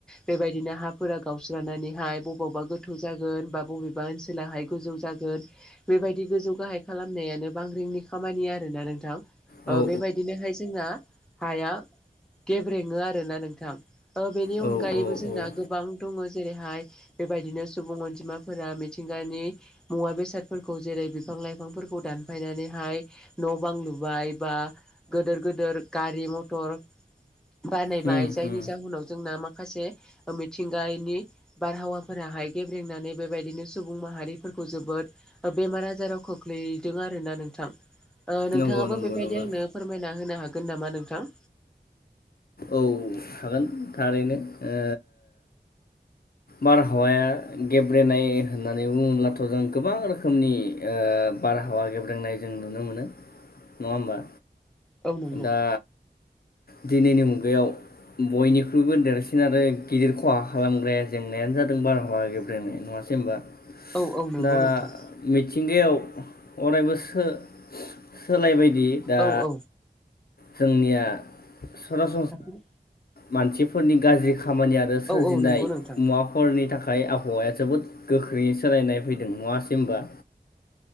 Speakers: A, in the centre; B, on the left.
A: बेबायदिनो हाफोरा गावस्रानानैहाय बबावबा गो थौ जागोन बा बबेबा ओनसोलाहाय गोजौ जागोन बेबायदि गोजौ गाहाय खालामनायानो बांग्रिं नि खामानि आरोना नोंथां। ओ
B: औ
A: बेबायदिनोहाय जोंना हाया गेब्रेङो आरो ना नोंथां ओ बेनि
B: औ
A: अनगायैबो
B: औ औ
A: जोंना गोबां दङो। जेरैहाय बेबायदिनो सुबुं अनजिमाफोरा मिथिंगानि मुवा बेसादफोरखौ जेरै बिफां लाइफांफोरखौ दानफायनानैहाय हाय न' बां लुबाय बा गिदिर गिदिर गारि मथर बानायबाय
B: उम
A: जायनि
B: उम
A: जाहोनाव जोंना माखासे मिथिंगानि बारहावाफोराहाय गेब्रेंनानै बेबायदिनो सुबुं माहारिफोरखौ जोबोद बेमार आजाराव खोख्लैदों आरोना नों थां नोंथाङाबो
B: नंगौ नंगौ
A: बेबायदि
B: नंगौ
A: आंनो फोरमायना होनो हागोन नामा नोंथां?
B: औ हागोन थारैनो ओ बारहावाया गेब्रेंनाय होननानै बुङोब्लाथ' जोङो गोबां रोखोमनि ओ बारहावा गेब्रेंनाय जों नुनो मोनो नङा होमबा?
A: औ नंगौ
B: दा दिनैनि मुगायाव बयनिख्रुइबो देरसिन आरो गिदिर खहा खालामग्राया जेंनायानो जादों बारहावा गेब्रेंनाय नङा। सै होनबा
A: औ औ नंगौ
B: दा
A: नोंथां
B: मिथिंगायाव अरायबोसो सोलायबायदि दा
A: औ औ
B: जोंनिया सरास
A: खाखोरि
B: मानसिफोरनि गाज्रि खामानि आरो सोरजिनाय
A: औ नंगौ नोंथां
B: मुवाफोरनि थाखाय हाय आबहावाया जोबोद गोख्रैयै सोलायनाय फैदों नङासै होनबा?